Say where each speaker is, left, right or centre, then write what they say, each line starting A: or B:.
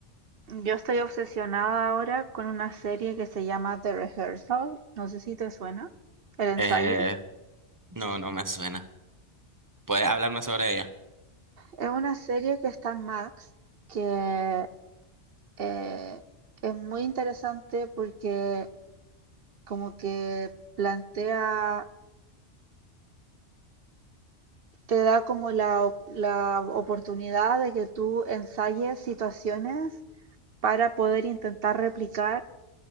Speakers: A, on the right (about 55°); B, on the right (about 20°).
A: yo estoy obsesionada ahora con una serie que se llama The Rehearsal. No sé si te suena. El ensayo.
B: Eh, no, no me suena. ¿Puedes hablarme sobre ella?
A: Es una serie que está en Max, que eh, es muy interesante porque como que plantea, te da como la, op- la oportunidad de que tú ensayes situaciones para poder intentar replicar